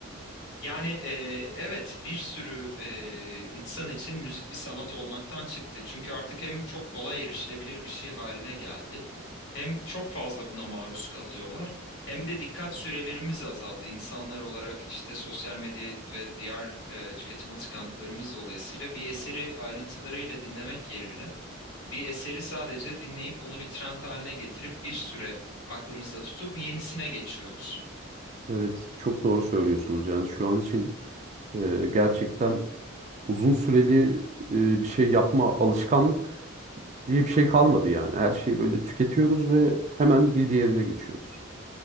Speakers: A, on the left; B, on the right.
A: Yani e, evet bir sürü e, insan için müzik bir sanat olmaktan çıktı. Çünkü artık hem çok kolay erişilebilir bir şey haline geldi. Hem çok fazla buna maruz kalıyorlar hem de dikkat sürelerimiz azaldı. İnsanlar olarak işte sosyal medya ve diğer e, tüketim alışkanlıklarımız dolayısıyla bir eseri ayrıntılarıyla dinlemek yerine bir eseri sadece dinleyip onu bir trend haline getirip bir süre aklımızda tutup yenisine geçiyoruz.
B: Evet, çok doğru söylüyorsunuz. Yani şu an için Ee, gerçekten uzun süreli e, bir şey yapma alışkanlık diye bir şey kalmadı yani. Her şeyi böyle tüketiyoruz ve hemen bir diğerine geçiyoruz.